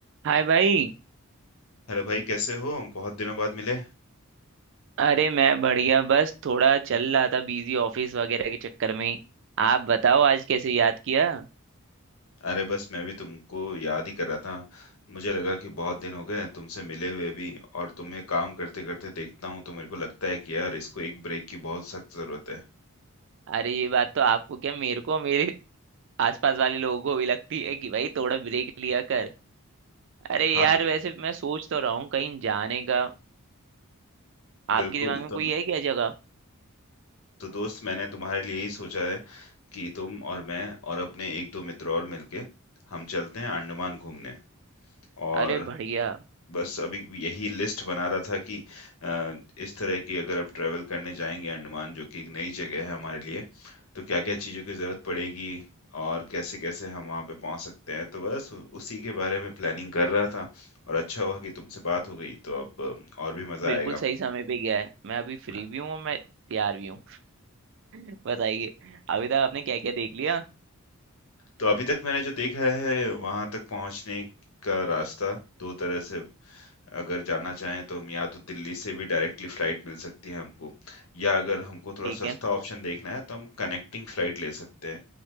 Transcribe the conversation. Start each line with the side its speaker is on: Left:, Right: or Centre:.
Right: हाय भाई
Left: Hello भाई कैसे हो बहुत दिनों बाद मिले
Right: अरे मैं बढ़िया बस थोड़ा चल रहा था बिजी ऑफिस वगैरह के चक्कर में आप बताओ आज कैसे याद किया
Left: अरे बस मैं भी तुमको याद ही कर रहा था मुझे लगा कि बहुत दिन हो गए हैं तुमसे मिले हुए भी और तुम्हें काम करते करते देखता हूँ तो मेरे को लगता है कि यार इसको एक ब्रेक की बहुत सख्त जरूरत है
Right: अरे ये बात तो आपको क्या मेरे को मेरे आसपास वाले लोगों को भी लगती है कि भाई थोड़ा ब्रेक लिया कर अरे
Left: हाँ
Right: यार
Left: तो
Right: वैसे मैं सोच तो रहा हूँ कहीं जाने का आपके
Left: बिल्कुल
Right: दिमाग में
Left: तो
Right: कोई
Left: मैं-
Right: है क्या जगह
Left: तो दोस्त मैंने तुम्हारे लिए ही सोचा है कि तुम और मैं और अपने एक दो मित्र और मिलके हम चलते हैं अंडमान घूमने और
Right: अरे बढ़िया
Left: बस अभी यही लिस्ट बना रहा था कि अ, इस तरह की अगर आप ट्रेवल करने जाएंगे अंडमान जो कि एक नई जगह है हमारे लिए तो क्या क्या चीज़ों की ज़रूरत पड़ेगी और कैसे कैसे हम वहाँ पे पहुँच सकते हैं तो बस उ- उसी के बारे में प्लानिंग कर रहा था और अच्छा हुआ कि तुमसे बात हो गई तो अब अम, और भी मज़ा
Right: बिल्कुल
Left: आएगा
Right: सही समय पे गया है मैं अभी फ्री
Left: हाँ,
Right: भी हूँ और मैं तैयार भी हूँ <laughs> बताइए अभी तक आपने क्या क्या देख लिया
Left: तो अभी तक मैंने जो देखा है वहाँ तक पहुँचने का रास्ता दो तरह से अगर जाना चाहें तो हम या तो दिल्ली से भी डायरेक्टली फ्लाइट मिल सकती है हमको या अगर हमको थोड़ा
Right: ठीक
Left: सस्ता
Right: है
Left: ऑप्शन देखना है तो हम कनेक्टिंग फ्लाइट ले सकते हैं